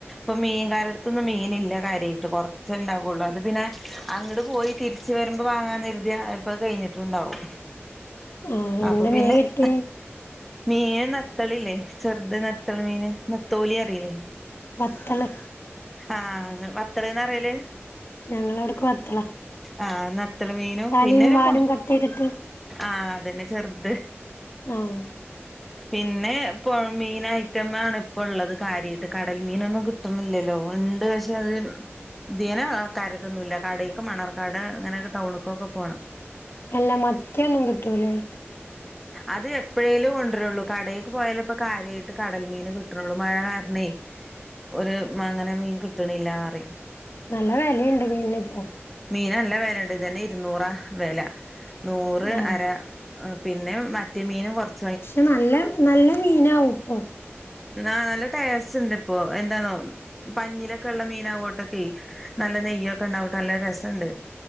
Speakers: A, in the centre; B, on the left.
A: പ്പം മീൻകാരെട്ത്തൊന്നും മീനില്ല കാര്യായിട്ട്. കൊറച്ചേ ഇണ്ടാവുള്ളു. അത് പിന്നെ, അങ്ങ്ട് പോയി തിരിച്ചു വരുമ്പോ വാങ്ങാന്നെര്തിയ, ചെൽപ്പോ അത് കെഴിഞ്ഞിട്ടുണ്ടാവും.
B: ആഹ് എന്താ
A: അപ്പൊ പിന്നെ
B: മീൻ കിട്ടി
A: <inaudible> മീൻ നത്തളില്ലേ! ചെറുത്, നത്തള് മീന്. നത്തോലി അറീലെ?
B: വത്തള്.
A: ആഹ്, വത്തള് ന്നാറയല്?
B: ഞങ്ങളവ്ട്ക്ക് വത്തളാ.
A: ആഹ്, നത്തള് മീനും,
B: തലയും
A: പിന്നെരു
B: വാലും
A: പോ,
B: കട്ട് ചെയ്തിട്ട്
A: ആഹ്, അതെന്നെ ചെർത്.
B: ആഹ്.
A: <inaudible> പിന്നെ, പൊഴമീൻ ഐറ്റം ആണ് ഇപ്പൊള്ളത് കാര്യായിട്ട്. കടൽ മീനൊന്നും കിട്ടുന്നില്ലല്ലോ? ഉണ്ട്. പക്ഷെ, അത് ത്യേനെ കാര്യായിട്ടൊന്നും ഇല്ല. കടേക്ക് മണ്ണാർകാട്, അങ്ങനൊക്കെ ടൗണ്ക്കൊക്കെ പോണം.
B: എല്ല, മത്തിയൊന്നും കിട്ടൂലേ?
A: അത്, എപ്പഴേലും കൊണ്ടെരൊള്ളൂ. കടേക്ക് പോയാലെ പ്പൊ കാര്യായിട്ട് കടൽ മീന് കിട്ട്ണൊള്ളൂ, മഴ കാരണേയ്. ഓര് മ്മങ്ങനെ മീൻ കിട്ടണില്ലറിം.
B: നല്ല വെലയുണ്ട് മീനിനിപ്പോ.
A: മീന് നല്ല വെലൻണ്ട്, ഇതെന്നെ ഇരുന്നൂറാ വെല. നൂറ്
B: ആഹ്
A: അര പിന്നെ, മറ്റേ മീനും കുറച്ച്
B: ക്ഷേ, നല്ല, നല്ല മീനാവോ പ്പൊ?
A: ആഹ്, നല്ല ടേസ്റ്റ്ണ്ട് പ്പൊ. എന്താന്നോ! പഞ്ഞിലൊക്കെ ഉള്ള മീനാവോട്ടൊക്കെയ്, നല്ല നെയ്യൊക്കെ ഉണ്ടാവും. നല്ല രസണ്ട്.